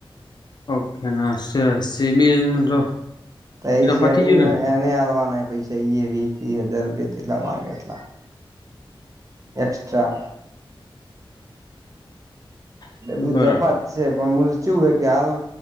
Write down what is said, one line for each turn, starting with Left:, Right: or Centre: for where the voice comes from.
Left: ઓકે હ સી સીબીલ તો
Right: એ
Left: તો
Right: સેટિંગમાં
Left: પતી ગયું
Right: એને આવવાના પૈસા એ વીસ હજાર રૂપિયા જેટલા માંગે એટલા એક્સ્ટસ્ટ્રા
Left: ને
Right: એ બીધું
Left: બરાબર
Right: જફત છે પણ મલચું હ કે હાલ